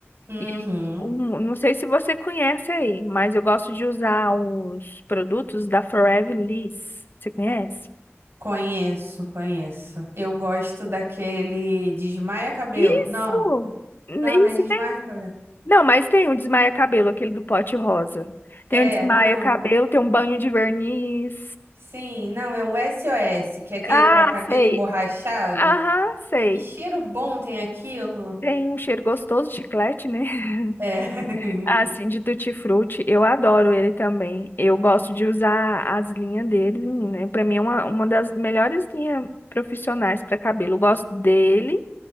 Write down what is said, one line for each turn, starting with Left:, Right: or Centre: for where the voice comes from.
Right: Uhum.
Left: E um- não sei se você conhece aí, mas eu gosto de usar os produtos da Forever Liss. Você conhece?
Right: Conheço, conheço. Eu gosto daquele desmaia cabelo.
Left: Isso!
Right: Não,
Left: Isso,
Right: não, não é desmaia cabelo.
Left: Não, mas tem um desmaia cabelo, aquele do pote rosa.
Right: É,
Left: Tem um desmaia
Right: não.
Left: cabelo, tem um banho de verniz.
Right: Sim, não, é o SOS, que é aquele
Left: Ah,
Right: para cabelo
Left: sei.
Right: emborrachado.
Left: Aham, sei.
Right: Que cheiro bom tem aquilo.
Left: Tem um cheiro gostoso de chiclete, né? <laughs>
Right: É. <laughs>
Left: Assim, de tutti-frutti. Eu adoro ele também. Eu gosto de usar as linhas dele, né? Pra mim é uma, uma das melhores linhas profissionais para cabelo. Eu gosto dele.